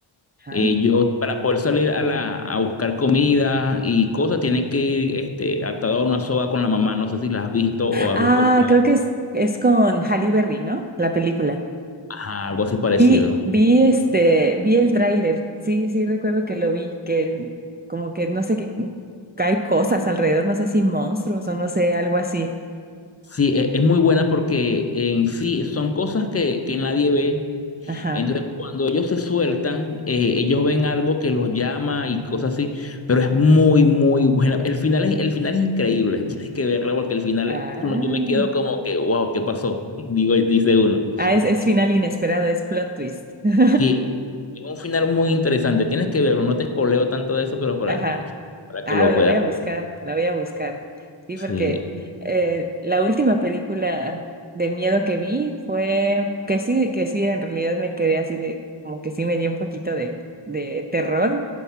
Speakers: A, on the right; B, on the left.
A: Ajá.
B: Ellos para poder salir a la, a buscar comida y cosas tienen que ir este, atados a una soga con la mamá. No sé si la has visto o has
A: Ah,
B: visto el trailer.
A: creo que es, es con Halle Berry, ¿no? La película.
B: Ajá, algo así parecido.
A: Vi, vi este, vi el tráiler. Sí, sí, recuerdo que lo vi, que como que no sé qué hay cosas alrededor, no sé si monstruos o no sé, algo así.
B: Sí, e- es muy buena porque en sí son cosas que, que nadie ve
A: Ajá.
B: Entonces, cuando ellos se sueltan, eh, ellos ven algo que los llama y cosas así, pero es muy, muy buena. El final es, el final es increíble, <laughs> tienes que verla porque el final,
A: Ah,
B: eh, uno, yo me quedo como que, wow, ¿qué pasó? <laughs> Digo, dice uno.
A: ah es, es final inesperado, es plot twist. <laughs>
B: Sí, es un final muy interesante, tienes que verlo, no te spoileo tanto de eso, pero para,
A: Ajá.
B: para
A: Ah,
B: que lo
A: la
B: puedas
A: voy a
B: ver.
A: buscar, la voy a buscar. Sí,
B: Sí.
A: porque eh, la última película de miedo que vi fue que sí, que sí, en realidad me quedé así de, como que sí me dio un poquito de, de terror